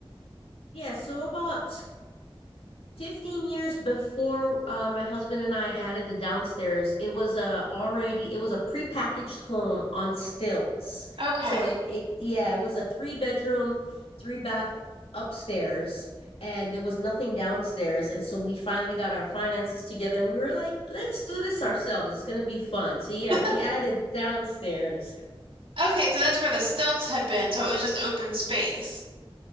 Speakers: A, on the left; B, on the right.
A: Yeah, so about 15 years before uh, my husband and I added the downstairs, it was a already it was a prepackaged home on stilts.
B: Okay.
A: So it, it yeah, it was a three bedroom, three bath upstairs and there was nothing downstairs and so we finally got our finances together and we were like let's do this ourselves it's going to be fun so yeah
B: <laughs>
A: we added downstairs
B: Okay, so that's where the stilts had been, so it was just open space.